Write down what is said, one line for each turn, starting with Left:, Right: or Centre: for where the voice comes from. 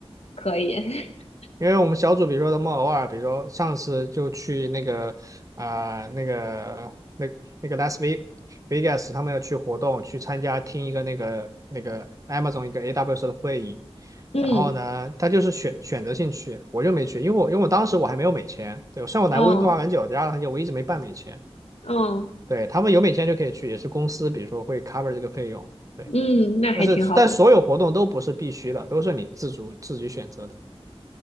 Left: 可以。<laughs>
Right: 因为我们小组，比如说他们偶尔，比如说上次就去那个啊、那个那那个 Las Ve- Vegas，他们要去活动，去参加听一个那个那个 Amazon 一个 AWS 的会议，
Left: 嗯，
Right: 然后呢，他就是选选择性去，我就没去，因为我因为我当时我还没有美签，对，虽然我来温哥华很久，
Left: 哦，
Right: 加拿大很久，我一直没办美签，
Left: 嗯
Right: 对，他们有美签就可以去，也是公司比如说会 cover 这个费用，对，
Left: 嗯，那还挺好的。
Right: 但是但所有活动都不是必须的，都是你自主自己选择的，